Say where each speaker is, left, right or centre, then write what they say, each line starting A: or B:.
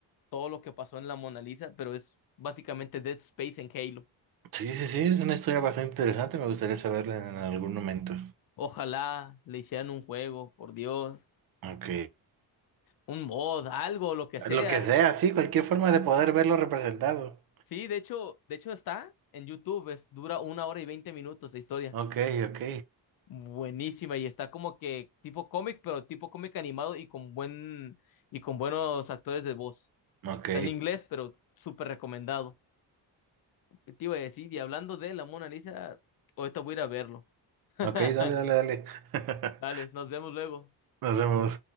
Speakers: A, on the left (about 55°); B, on the right (about 55°).
A: todo lo que pasó en la Mona Lisa, pero es básicamente Dead Space en Halo.
B: Sí, sí, sí, es una historia bastante interesante, me gustaría saberla en algún momento.
A: Ojalá le hicieran un juego, por Dios,
B: Ok.
A: un mod, algo, lo que sea.
B: Lo que sea, sí, cualquier forma de poder verlo representado.
A: Sí, de hecho, de hecho está en YouTube, es, dura una hora y veinte minutos la historia.
B: Ok, ok.
A: Buenísima y está como que tipo cómic, pero tipo cómic animado y con buen y con buenos actores de voz.
B: Ok.
A: Está en inglés, pero súper recomendado. ¿Qué te iba a decir? Y hablando de la Mona Lisa, ahorita voy a ir a verlo. <laughs>
B: Ok, dale, dale, dale. <laughs>
A: Dale, nos vemos luego.
B: Nos vemos.